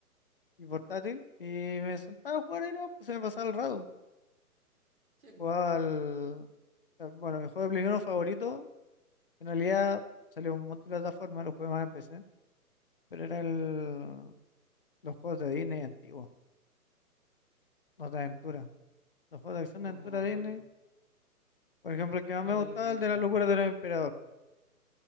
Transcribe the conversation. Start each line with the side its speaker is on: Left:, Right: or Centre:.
Left: y portátil, y me sentaba a jugar ahí no, pues se me pasaba el rato.
Right: Sí, pues,
Left: Jugaba al... eh, Bueno, mi juego de Play Uno favorito, en realidad salió en multiplataforma, lo jugué más en PC, pero era el... los juegos de Disney antiguos, los de aventura. Los juegos de acción
Right: como
Left: de aventura de
Right: cuál,
Left: Disney, por ejemplo, el que más
Right: cuál
Left: me gustaba,
Right: es de Disney,
Left: el de la
Right: antiguo?
Left: locura del emperador.